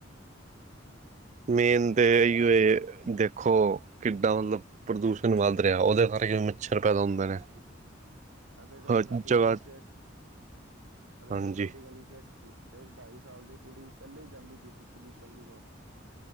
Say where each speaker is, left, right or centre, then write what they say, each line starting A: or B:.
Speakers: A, on the right; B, on the right.
A: ਮੇਨ
B: ਹੈ
A: ਤੇ ਇਹੀਏ ਦੇਖੋ। ਕਿੱਡਾ ਮਤਲਬ ਪ੍ਰਦੂਸ਼ਣ ਵੱਧ ਰਿਹਾ ਹੈ। ਉਹਦੇ ਕਰਕੇ ਮੱਛਰ ਪੈਦਾ ਹੁੰਦਾ ਨੇ।
B: ਅੱਜ ਕੱਲ੍ਹ
A: ਹਰ
B: ਸਾਡੀ
A: ਜਗ੍ਹਾ
B: ਗਲੀ 'ਚ ਹੈ। ਅੱਜ ਕੱਲ੍ਹ
A: ਹਾਂਜੀ
B: ਸਾਡੀ ਗਲੀ 'ਚ ਹੈ। ਉਹ ਤੇ ਢਾਈ ਸਾਲ ਦੀ ਕੁੜੀ ਇਕੱਲੇ ਹੀ ਜਾਂਦੀ ਪਈ ਸੀ। ਪੁਲਿਸ ਚੌਕੀ ਕੋਲ।